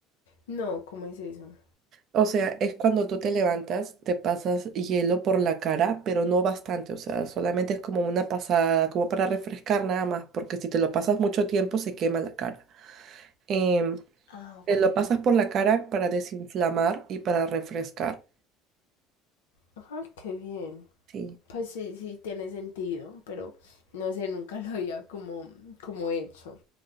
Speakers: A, on the left (about 75°); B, on the right (about 50°).
A: No, ¿cómo es eso?
B: O sea, es cuando tú te levantas, te pasas hielo por la cara, pero no bastante. O sea, solamente es como una pasada, como para refrescar nada más, porque si te lo pasas mucho tiempo se quema la cara. Em,
A: Ah, ok.
B: te lo pasas por la cara para desinflamar y para refrescar.
A: Ajá, qué bien.
B: Sí.
A: Pues sí, sí, tiene sentido, pero no sé, nunca lo había como, como hecho.